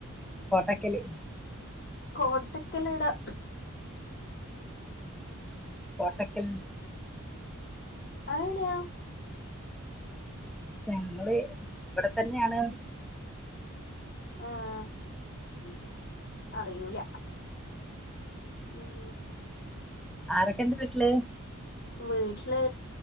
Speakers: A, in the centre; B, on the left (about 50°).
A: കോട്ടക്കല്
B: കോട്ടക്കലേടെ
A: കോട്ടക്കൽ
B: ആ ഏടെയാ
A: ഞങ്ങള് ഇവടെ തന്നെണ്
B: ആഹ്
A: ഉം
B: അറിയൂല. ഉം
A: ആരൊക്കെ ണ്ട് വിട്ട്ല്.?
B: വീട്ടില്